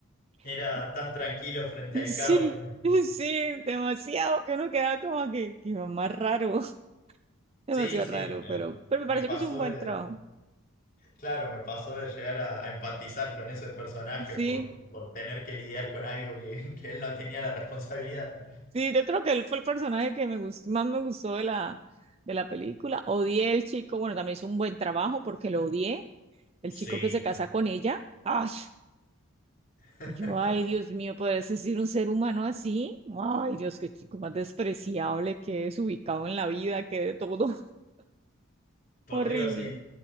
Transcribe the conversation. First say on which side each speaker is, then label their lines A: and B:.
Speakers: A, on the left (about 40°); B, on the right (about 30°).
A: era
B: <laughs>
A: tan tranquilo frente
B: Sí,
A: al caos que...
B: sí, demasiado, que uno quedaba como que, que más raro, <laughs> demasiado
A: Sí, sí,
B: raro,
A: me,
B: pero, pero me
A: me
B: pareció
A: pasó
B: que hizo un buen
A: de...
B: trabajo.
A: Claro, me pasó de llegar a, a empatizar con ese personaje
B: Sí,
A: por, por tener que lidiar con algo que, <laughs> que él no tenía la responsabilidad.
B: sí, yo creo que él fue el personaje que me gustó, más me gustó de la, de la película. Odié el chico, bueno, también hizo un buen trabajo porque lo odié. el
A: Sí,
B: chico que se casa con ella. ¡Ay!
A: <laughs>
B: Yo, ay, Dios mío, ¿podría existir un ser humano así? Ay, Dios, qué chico más despreciable, qué desubicado en la vida, qué de todo. <laughs>
A: por
B: Horrible,
A: Dios, sí.